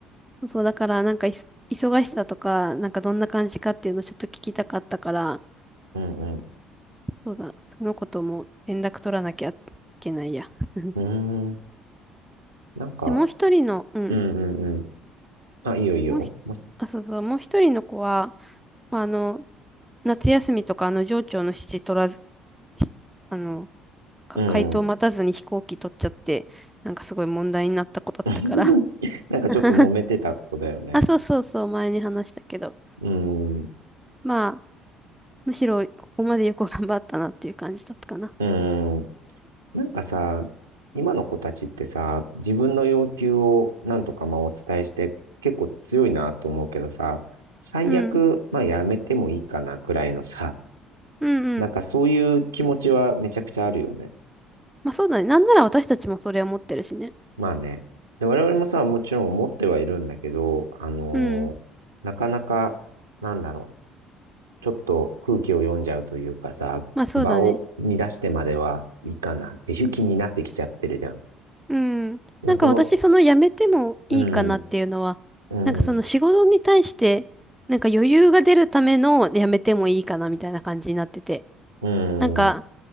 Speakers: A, in the centre; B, on the right (about 80°).
A: そう、だから、なんかいそ、忙しさとか、なんかどんな感じかっていうのをちょっと聞きたかったから、
B: うん、
A: そうだ、そのことも連絡取らなきゃいけないや。<laughs>
B: うんうんなんか、
A: で、もう一人の、うん、
B: うん、うん、うん。あ、いいよ、いいよ。
A: もうひ、
B: も
A: あ、そうそう、もう一人の子は、まあ、あの、夏休みとか、あの、上長の指示取らず、しあの、か回答待たずに飛行機取っちゃって、
B: ううん。
A: なんかすごい問題になった子だったから。
B: <laughs> なんかちょっと揉めてた子だよね。
A: <laughs> あ、そうそうそう、前に話したけど。
B: うん、
A: まあ、むしろここまでよく頑張ったなっていう感じだったかな。
B: うん、なんかさ、今の子たちってさ、自分の要求をなんとかまあお伝えして結構強いなと思うけどさ、最悪まあやめてもいいかなくらいのさ、
A: うん。うんうん。
B: なんかそういう気持ちはめちゃくちゃあるよね。
A: まあそうだね。なんなら私たちもそれを持ってるしね。
B: まあね。で、我々もさ、もちろん思ってはいるんだけど、あのーなかなか、
A: うん。
B: なんだろう、ちょっと空気を読んじゃうというかさ、
A: まあそうだね。
B: 場を乱してまではいいかなっていう気になってきちゃってるじゃん。
A: うん。
B: いやその、
A: なんか私、その辞めてもいいかなっていうのは、
B: うん、うん。
A: なんかその仕事に対して、なんか余裕が出るための辞めてもいいかなみたいな感じになってて。
B: うん、
A: なんか、
B: うん、